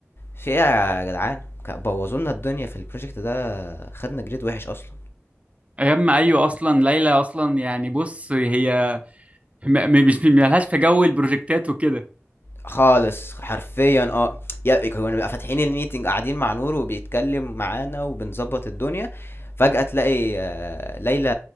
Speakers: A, on the left; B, on the right.
A: في إيه يا جدعان؟ ك بوظوا لنا الدنيا في الproject ده، خدنا grade وحش أصلًا.
B: ايام ايوه اصلا ليلى اصلا يعني بص هي ما- م- مش مالهاش في جو البروجكتات وكده
A: خالص حرفيا اه يا كانوا بيبقى فاتحين الميتنج قاعدين مع نور وبيتكلم معانا وبنظبط الدنيا فجأة تلاقي آه، ليلى